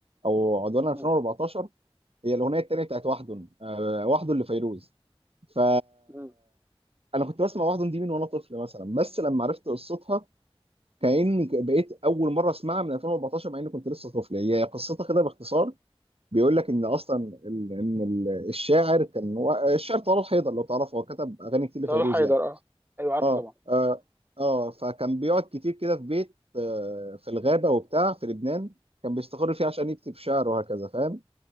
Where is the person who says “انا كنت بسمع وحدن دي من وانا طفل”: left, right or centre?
Right